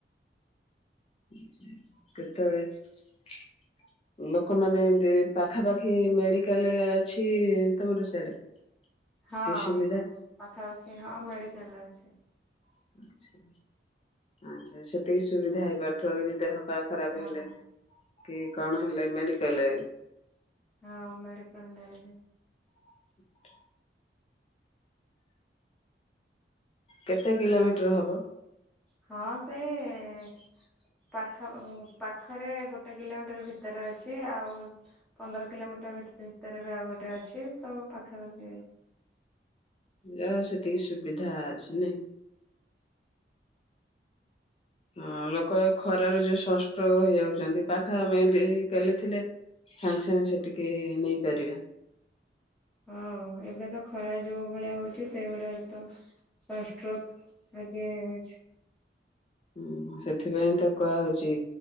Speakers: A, on the left; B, in the centre.
A: <inaudible> କେତେବେଳେ <inaudible> ଲୋକମାନେ ଏ ପାଖାପାଖି ମେଡିକାଲ ଅଛି ତମର ସିଆଡେ
B: ହଁ
A: କି ସୁବିଧା?
B: ଆମ ପାଖାପାଖି ହଁ ମେଡିକାଲ ଅଛି।
A: <inaudible> ଆଛା ଆଛା ସେତିକି ସୁବିଧା ହେଇପାରୁଥିବ ଯଦି ଦେହ ପାହା ଖରାପ
B: ହଁ
A: ହେଲେ କି କଣ ହେଲେ ମେଡ଼ିକାଲ
B: ହଁ ମେଡିକାଲ ଯାଇକି
A: <inaudible> କେତେ କିଲୋମିଟର ହବ।
B: ହଁ ସେଇ <inaudible> ପାଖ ପାଖରେ ଗୋଟେ କିଲୋମିଟର ଭିତରେ ଅଛି, ଆଉ ପନ୍ଦର କିଲୋମିଟର ଭିତରେ ବି ଆଉ ଗୋଟେ ଅଛି। ସବୁ ପାଖାପାଖି
A: ଯା ହଉ ସେତିକି ସୁବିଧା ଅଛି ନାଇଁ। ହଁ ଲୋକ ଖରାରୁ ଯୋଉ ସଂଷ୍ଟ୍ରୋକ ହେଇଯାଉଛନ୍ତି, ପାଖ ମେଡ଼ିକାଲ ଥିଲେ ସାଙ୍ଗେ ସାଙ୍ଗେ ସେଠିକି ନେଇପାରିବା।
B: ହଁ ଏବେ ତ ଖରା ଯୋଉ ଭଳିଆ ହଉଚି, ସେଇଗୁଡାରେ ତ ସଂଷ୍ଟ୍ରୋକ ଆଗେ ହୋ
A: ହୁଁ ସେଥିପାଇଁ ତ କୁହା ହଉଚି,